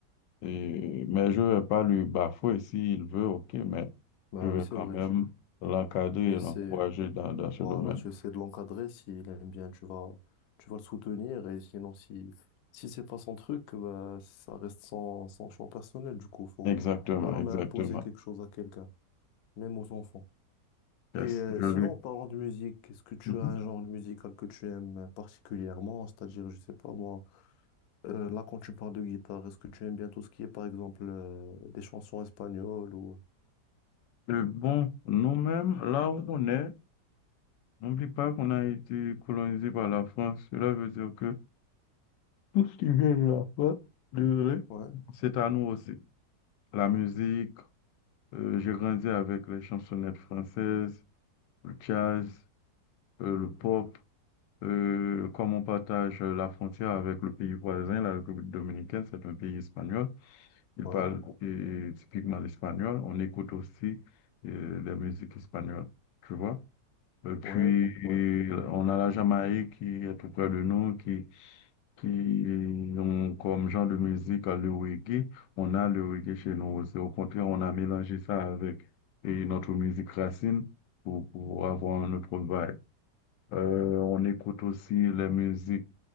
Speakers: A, on the left (about 85°); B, on the left (about 70°).
A: Et, mais je vais pas lui bafouer s'il veut, ok, mais
B: bah
A: je vais
B: oui, c'est
A: quand
B: vrai,
A: même
B: tu,
A: l'encadrer
B: tu
A: et
B: essaies.
A: l'encourager dans, dans ce
B: Voilà,
A: domaine.
B: tu essaies de l'encadrer, s'il aime bien, tu vas, tu vas le soutenir, et sinon, si, si c'est pas son truc, bah, ça reste son, son choix personnel, du coup, faut,
A: Exactement,
B: faut jamais
A: exactement.
B: imposer quelque chose à quelqu'un, même aux enfants.
A: Yes,
B: Et euh,
A: je
B: sinon,
A: lui.
B: en parlant de musique, est-ce que tu
A: Mhm.
B: as un genre de musical que tu aimes particulièrement? C'est-à-dire, je sais pas moi, euh, là, quand tu parles de guitare, est-ce que tu aimes bien tout ce qui est, par exemple, euh, des chansons espagnoles ou...
A: Euh, bon, nous-mêmes, là où on est, n'oublie pas qu'on a été colonisé par la France. Cela veut dire que tout ce qui vient de la France, désolé,
B: Ouais,
A: c'est à nous aussi. La musique, Euh, j'ai grandi avec les chansonnettes françaises, le jazz, euh, le pop. Euh, comme on partage euh, la frontière avec le pays voisin, la République dominicaine, c'est un pays espagnol. Il
B: ouais,
A: parle euh, typiquement l'espagnol. On écoute aussi euh, des musiques espagnoles, tu vois. Et puis,
B: ouais, ouais,
A: on a la Jamaïque qui est tout près de nous, qui qui ont comme genre de musique euh, le reggae. On a le reggae chez nous aussi. Au contraire, on a mélangé ça avec et notre musique racine pour, pour avoir un autre vibe. Euh, on écoute aussi les musiques